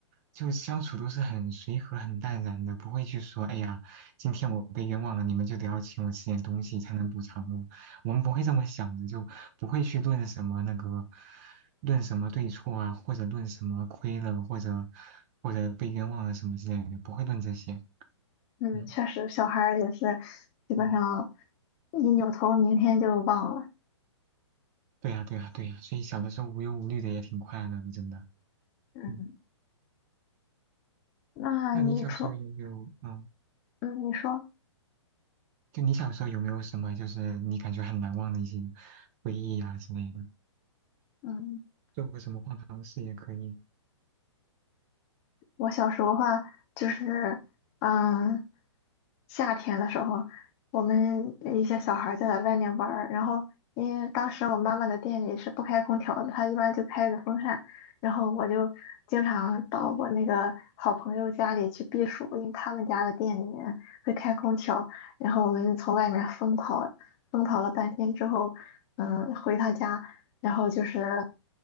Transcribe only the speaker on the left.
<laughs> 嗯，
确实，小孩儿也是基本上
一扭头，明天就忘了。
嗯，
那你说，
嗯，你说
嗯。
我小时候的话，就是，嗯，夏天的时候，我们一些小孩儿就在外面玩儿，然后因为当时我妈妈的店里是不开空调的，她一般就开着风扇，然后我就经常到我那个好朋友家里去避暑，因为他们家的店里面会开空调，然后我们从外面疯跑，疯跑了半天之后，嗯，回他家，然后就是，